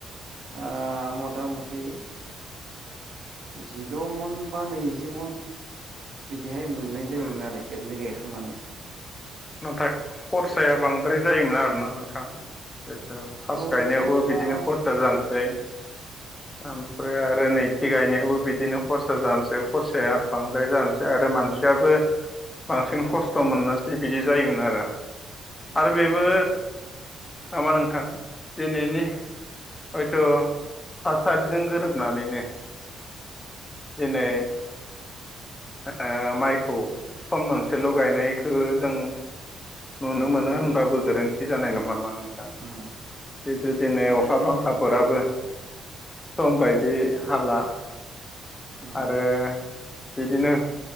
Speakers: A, on the right (about 70°); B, on the left (about 20°).
A: आह मथा मथि जिद' मन बा नैजि मन बिदिहाय मोननाय जायोमोन
B: उम
A: आरो खेबनै गायखांनानैसो।
B: नाथाय खरसाया बांद्राय जायोमोन आरोना नोंथां? <unintelligible> पार्स
A: औ
B: गायनायावबो
A: खरसा
B: बिदिनो खर्सा जानसै ओमफ्राय आरो नैथि गायनायावबो बिदिनो खरसा जानसै। खरसाया बांद्राय जानसै आरो मानसियाबो बांसिन
A: औ
B: खस्थ' मोननो बिदि जायोमोन आरो। आरो
A: औ
B: बेबो नामा नोंथां दिनैनि हयथ' थासारिजों गोरोबनानैनो दिनै ओ माइखौ फोन मोनसेल' गायनायखो जों नुनो मोनो
A: उम
B: होनबाबो गोरोन्थि जानाय नङा नामा नों जिहेथु
A: उम
B: दिनै
A: दा
B: अखा
A: बेनो
B: बांखाफोराबो सम बायदि हाला
A: उम
B: आरो बिदिनो